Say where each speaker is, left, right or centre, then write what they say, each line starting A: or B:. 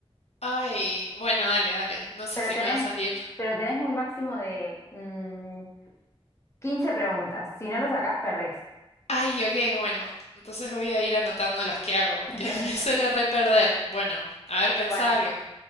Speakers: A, on the left; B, on the left.
A: Ay, bueno, dale, dale. No sé
B: Pero
A: si
B: tenés,
A: me va a salir.
B: pero tenés un máximo de mm, 15 preguntas. Si no lo sacás, perdés.
A: Ay, ok, bueno. Entonces voy a ir anotando las que hago porque
B: <laughs>
A: <laughs> me suelo re perder. Bueno, a ver, pensá
B: Bueno,
A: algo.